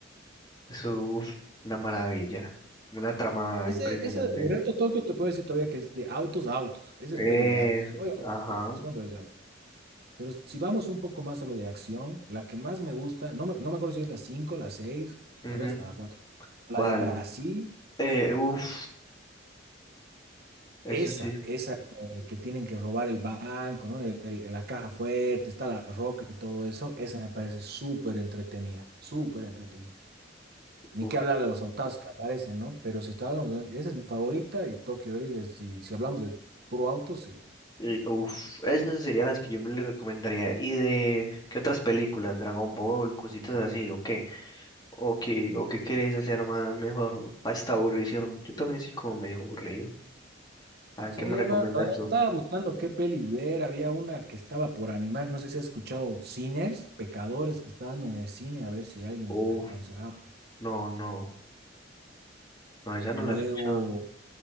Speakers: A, on the left; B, on the right.
A: Eso, uf, una maravilla. Una trama
B: Ese,
A: impresionante.
B: ese de Reto Tokio te puedo decir todavía que es de autos a autos. ese
A: Eso,
B: es peli de autos. Oye, no,
A: ajá.
B: no, no, no, pero es de autos. Pero si vamos un poco más a lo de acción, la que más me gusta, no me, no me acuerdo si es la 5 la 6 tal
A: ujú,
B: vez hasta la cuatro La
A: ¿Cuál?
B: de Brasil,
A: Eh, uf, eso
B: esa,
A: sí.
B: esa que, que tienen que robar el banco, ¿no? El- el- la caja fuerte, está la roca y todo eso, esa me parece súper entretenida, súper entretenida. Ni
A: Uf,
B: que hablar de los autos que aparecen, ¿no? Pero si estábamos, esa es mi favorita y Tokio Drift, es- si, si hablamos de puro auto, sí.
A: y, uf, esas serían las que yo me le recomendaría. ¿Y de qué otras películas? Dragon Ball, cositas así, ¿o qué? ¿O qué, o qué quieres hacer más mejor a esta aburrición? Yo también soy como medio aburrido. A
B: Sí,
A: ¿qué
B: Emma,
A: me recomiendas
B: a ver,
A: tú?
B: estaba buscando qué pelis ver. Había una que estaba por animar. No sé si has escuchado Sinners, Pecadores, que está dando en el cine, a ver si alguien
A: Uf,
B: me aconsejaba.
A: no, no. No, esa
B: Y
A: no
B: Luego,
A: la he escuchado.